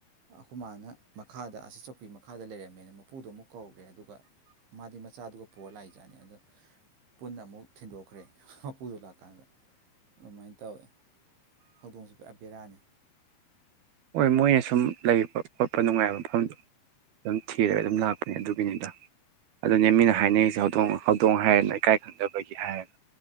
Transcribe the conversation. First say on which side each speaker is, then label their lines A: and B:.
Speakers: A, on the right; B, on the right.
A: ꯑꯩꯈꯣꯏ ꯃꯥꯅ ꯃꯈꯥꯗ ꯑꯁꯤ ꯆꯧꯀ꯭ꯔꯤ ꯃꯈꯥꯗ ꯂꯩꯔꯝꯃꯦꯅ ꯃꯄꯨꯗꯣ ꯑꯃꯨꯛ ꯀꯧꯒ꯭ꯔꯦ ꯑꯗꯨꯒ ꯃꯥꯗꯤ ꯃꯆꯥꯗꯨꯒ ꯄꯨꯔ ꯂꯥꯛꯏꯖꯥꯠꯅꯤ ꯑꯗꯣ ꯄꯨꯟꯅ ꯃꯨꯛ ꯊꯤꯟꯗꯣꯛꯈ꯭ꯔꯦ ꯃꯄꯨꯗꯨ ꯂꯥꯛꯀꯥꯟꯗ ꯑꯝꯃꯥꯏꯟ ꯇꯧꯋꯦ ꯍꯧꯗꯣꯡꯁꯤ ꯄꯨꯔꯥ ꯕꯦꯔꯥꯅꯤ
B: ꯍꯣꯏ ꯃꯣꯏꯅ ꯁꯨꯝ ꯂꯩꯕ ꯈꯣꯠꯄ ꯅꯨꯡꯉꯥꯏꯕ ꯃꯐꯝꯗꯣ ꯑꯗꯨꯝ ꯊꯤꯔꯒ ꯑꯗꯨꯝ ꯂꯥꯛꯄꯅꯦ ꯑꯗꯨꯒꯤꯅꯤꯗ ꯑꯗꯨꯅꯦ ꯃꯤꯅ ꯍꯥꯏꯅꯩꯁꯦ ꯍꯧꯗꯣꯡ ꯍꯧꯗꯣꯡ ꯍꯥꯏꯔꯦꯅ ꯏꯀꯥꯏ ꯈꯪꯗꯕꯒꯤ ꯍꯥꯏꯔꯒ